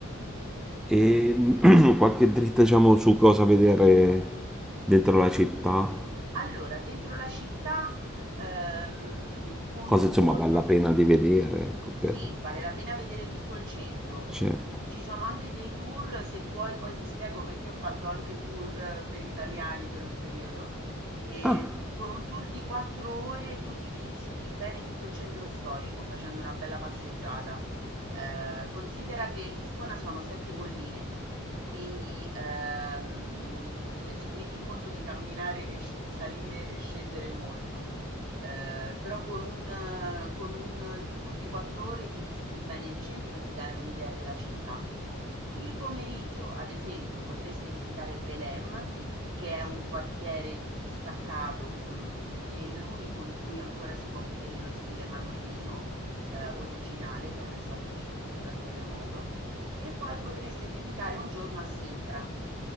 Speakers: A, in the centre; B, on the right (about 65°).
A: E <clears throat> qualche dritta, diciamo, su cosa vedere dentro la città,
B: Allora, dentro la città, ehm, con
A: cosa
B: un
A: insomma
B: giorno...
A: vale la pena di vedere, ecco, per...
B: Sì, vale la pena vedere tutto il centro.
A: Certo.
B: Ci sono anche dei tour, se vuoi poi ti spiego perché ho fatto anche tour eh, per italiani per un periodo. E
A: Ah,
B: con un tour di quattro ore tu ti visiti bene tutto il centro storico facendo una bella passeggiata. Eh, considera che Lisbona sono sette colline, quindi ehm, eh, c- metti in conto di camminare e sc- e salire e scendere molto. Ehm, però con un con un tour di 4 ore ti visiti bene il centro e ti dai un'idea della città. Il pomeriggio, ad esempio, potreste visitare Belém, che è un quartiere distaccato, mhmm, e l'unico in cui ancora si può vedere lo stile manuelino, ehm, originale, che non è stato distrutto dal terremoto, e poi potreste dedicare un giorno a Sintra.